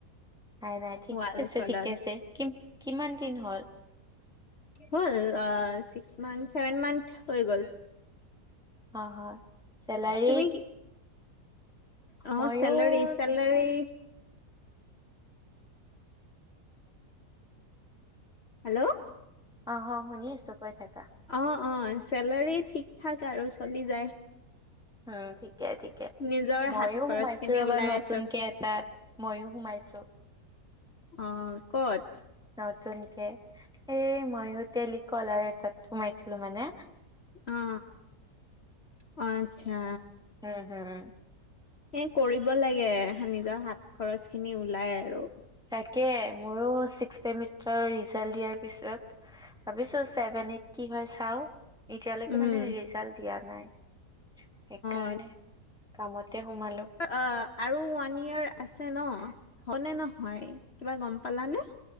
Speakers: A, in the centre; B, on the left.
A: নাই নাই ঠিকে
B: ৱালখনত
A: আছে, ঠিকে আছে কি কিমান দিন হ'ল?
B: হ'ল ছিক্স মান্থ, ছেভেন মান্থ হৈ গ'ল
A: অ হয় চেলাৰী
B: তুমি কি অ
A: মইয়ো
B: চেলাৰী চেলাৰী
A: ছিক্স
B: হেল্ল'
A: অ অ শুনি আছো কৈ থাকা
B: অ অ চেলাৰী ঠিক ঠাক আৰু চলি যায়
A: উম ঠিকে ঠিক কে
B: নিজৰ
A: মইও
B: হাত খৰচ
A: সোমাইছো
B: খিনি
A: ৰবা
B: ওলাই
A: নতুনকে
B: আছো
A: এটাত মইও সোমাইছো
B: অ ক'ত?
A: নতুনকে এই ময়ো টেলিকল আৰু এটাত সোমাইছিলো মানে
B: অ অ আচ্ছা
A: হম হম হম
B: এ কৰিব লাগে নিজৰ হাত খৰচ খিনি ওলাই আৰু
A: তাকে মোৰো ছিক্স চেমিষ্টাৰ ৰিজাল্ট দিয়াৰ পিছত ভাবিছো ছেভেন এইট কি হয় চাও এতিয়ালৈকে
B: উম
A: মানে ৰিজাল্ট দিয়া নাই, সেইকাৰণে
B: অ
A: কামতে সোমালো।
B: অ' আৰু ওৱান ইয়েৰ আছে ন, হয়নে নহয়, কিবা গম পালানে?